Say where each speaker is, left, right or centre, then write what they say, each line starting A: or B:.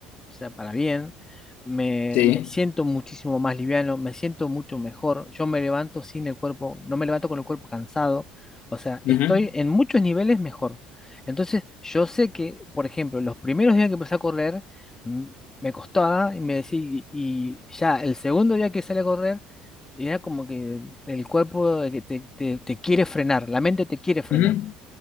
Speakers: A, on the left; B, on the left.
A: o sea, para bien. Me,
B: Sí.
A: me siento muchísimo más liviano, me siento mucho mejor. Yo me levanto sin el cuerpo, no me levanto con el cuerpo cansado. O sea,
B: ujú,
A: estoy en muchos niveles mejor. Entonces, yo sé que, por ejemplo, los primeros días que empecé a correr, mm, me costaba y me decía, y y ya el segundo día que salí a correr, era como que el cuerpo de que te, te te quiere frenar, la mente te quiere frenar.
B: ujú.